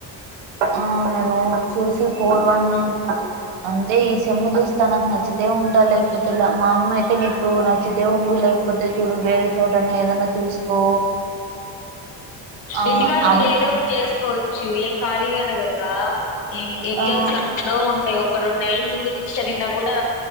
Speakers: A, on the right; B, on the left.
A: ఆ నేను చూసి ఫోర్ వన్ అంటే ఈ సెమ్ము చూస్తానన్నది నచ్చితే ఉంటా లేకపోతే లే మా అమ్మ అయితే నీకు నచ్చితే దేఉండు లేకపోతే చూడు వేరే చోటనే ఏదన్నా చూసుకో ఆ
B: ఇంటికాడ ఉంటే
A: అమ్
B: ఏదో ఒకటి చేసుకోవచ్చు ఏం ఖాళీగానే కదా ఎగ్జామ్స్
A: ఆ
B: ఎప్పుడో ఉంటాయి ఒక రెండు నెలల ముందు నుంచి చదివినా కూడా